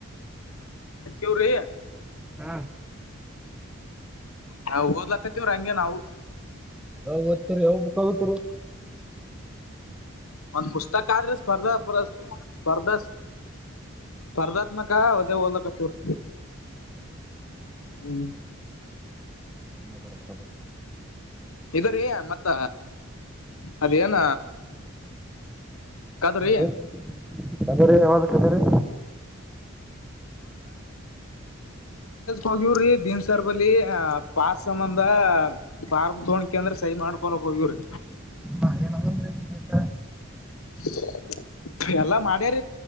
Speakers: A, on the left; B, in the centre.
A: ೇವ್ರಿ
B: ಹಾ
A: ನಾ ಓದ್ಲಕ್ಕತ್ತವ್ರ ಹಂಗಗೆ ನಾವು
B: ನಾವ ಓ್ತರಿ ಹೋಗ್ಬುಕ್ ಹಗತಿರಿ
A: ಒಂದ ಪುಸ್ತಕ ಆದ್ರೆ ಸ್ಪರ್ಧಾ ಪ ಸ್ಪರ್ಧಾ ಸ್ಪರ್ಧಾತ್ಮಕ ಉದೇ ಲಕ ತೂರ್ ಹ್ಮ್
B: ಬರ ಬರಬ
A: ಇದರ ಮತ್ತ ಅದೇನ ಕದ್ರಿ
B: ಹ ಕದರಿ ಯಾವ್ದ ಕದರಿ
A: ಹೋಗಿವವ್ರಿ ದಿನ ಸರ್ಬಲ್ಲಿ ಅ ಪಾಸ್ ಸಂಬಂಧ ಫಾರ್ಮ್ ತಗೋೊಂಡಕ ಅಂದ್ರೆ ಸೈ ಮಾಡ್ಕೊಳಕ್ ಹೋಗವ್ರಿ
B: ಹಾ ಏನಂದ್ರೆ ನ ಹೇಳ್ತ
A: <inaudible> ಎಲ್ಲಾ ಮಾಡ್ಯಾರ